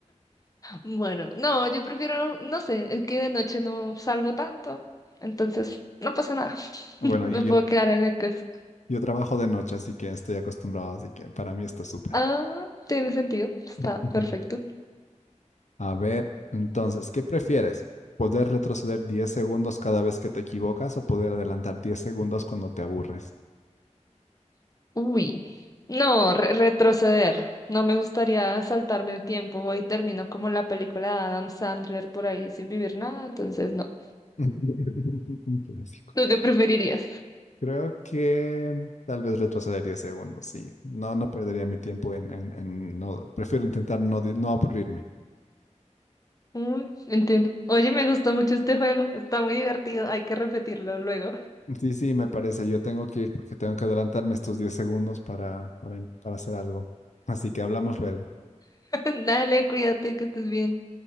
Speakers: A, on the left; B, on the left.
A: Bueno, no, yo prefiero, no sé, es que de noche no salgo tanto, entonces no pasa nada. <laughs>
B: Bueno, y
A: Me puedo
B: yo,
A: quedar en la casa.
B: yo trabajo de noche, así que estoy acostumbrado, así que para mí está súper.
A: Ah, tiene sentido, está
B: <laughs>
A: perfecto.
B: A ver, entonces, ¿qué prefieres? ¿Poder retroceder 10 segundos cada vez que te equivocas o poder adelantar 10 segundos cuando te aburres?
A: Uy, no, re- retroceder. No me gustaría saltarme el tiempo. Voy y termino como la película de Adam Sandler por ahí sin vivir nada, entonces no.
B: <laughs> Un clásico.
A: ¿Tú qué preferirías?
B: Creo que mm, tal vez retroceder 10 segundos, sí. No, no perdería mi tiempo en, en- en no. Prefiero intentar no, di- no aburrirme.
A: Uy, entiendo. Oye, me gustó mucho este juego, está muy divertido, hay que repetirlo luego.
B: Sí, sí, me parece. Yo tengo que ir porque tengo que adelantarme estos 10 segundos para, para, para hacer algo. Así que hablamos luego.
A: <laughs> Dale, cuídate, que estés bien.